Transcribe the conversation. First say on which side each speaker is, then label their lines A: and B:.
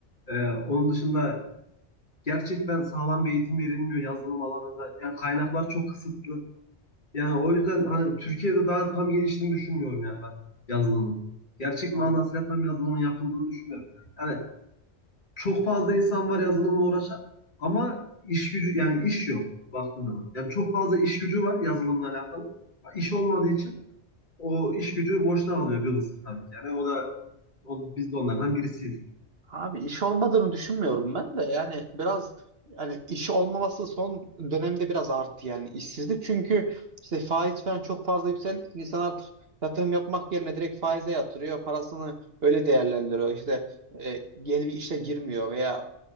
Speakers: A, on the left; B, on the right.
A: Ee, onun dışında gerçekten sağlam bir eğitim verilmiyor yazılım alanında. Yani kaynaklar çok kısıtlı. Yani o yüzden hani Türkiye'de daha tam geliştiğini düşünmüyorum yani ben yazılımın. Gerçek
B: Anladım.
A: manasıyla tam yazılımın yapıldığını düşünmüyorum. Yani çok fazla insan var yazılımla uğraşan ama iş gücü yani iş yok baktığın zaman. Yani çok fazla iş gücü var yazılımla alakalı. İş olmadığı için o iş gücü boşta kalıyor bir kısmı tabii ki. Yani o da o, biz de onlardan birisiyiz.
B: Abi iş olmadığını düşünmüyorum ben de yani biraz hani iş olmaması son dönemde biraz arttı yani işsizlik çünkü işte faiz falan çok fazla yükseldi ki insan artık yatırım yapmak yerine direkt faize yatırıyor parasını öyle değerlendiriyor işte e, yeni bir işe girmiyor veya